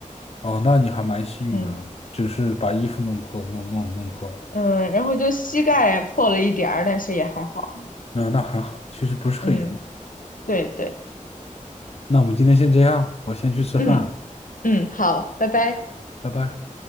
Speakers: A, on the left; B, on the left.
A: 哦，那你还蛮幸运的，
B: 嗯。
A: 只是把衣服弄破，弄弄弄破了。
B: 嗯，然后就膝盖破了一点儿，但是也还好。
A: 那那还好，其实不是很严重。
B: 嗯，对对，
A: 那我们今天先这样，我先去吃饭了，
B: 嗯嗯，好，拜拜。
A: 拜拜。